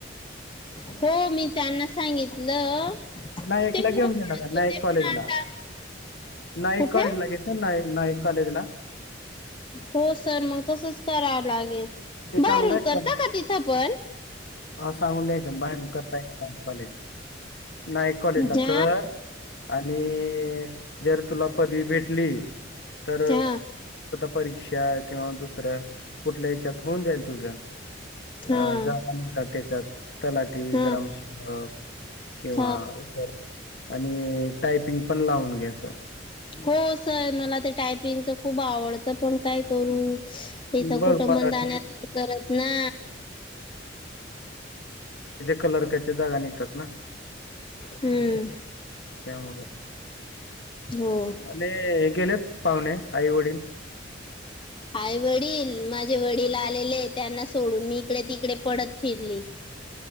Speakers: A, on the left; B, on the left.
A: हो मी त्यांना सांगितलं
B: नाईक
A: ते
B: ला घेऊन
A: हो म्हणत
B: गेल नाईक
A: होते पण
B: कॉलेजला
A: आता
B: नाईक
A: कुठे
B: कॉलेजला घे नाईक नाईक कॉलेजला.
A: हो सर मग तसच करावं लागेल.
B: ते
A: बारून
B: चांगलं आहे
A: करता का तिथं पण
B: अ, सांगून द्यायच्या बाहेर करताय काले. नाईक कॉलेजला
A: हा
B: कर आणि जर तुला पदवी भेटली तर
A: हा
B: परीक्षा किंवा दुसऱ्या कुठल्या याच्यात होऊन जाईल तुझ्या
A: हा
B: अ जागा म्हणतात त्याच्यात तलाठी
A: हा
B: ग्रम शिलक किंवा
A: हा
B: इतर आणि टायपिंग पण लावून घ्याचं
A: हो सर मला ते टायपिंगच खूप आवडतं पण काय करू तथं
B: बघ
A: कुठंबण
B: मराठी
A: जाण्या करत ना
B: कल जागा निघतात ना
A: हम्म
B: त्यामुळे
A: हो
B: आणि हे गेलेत पाहुणे आई वडील ह
A: आई वडील माझे वडील आलेले त्यांना सोडून मी इकडे तिकडे पडत फिरली.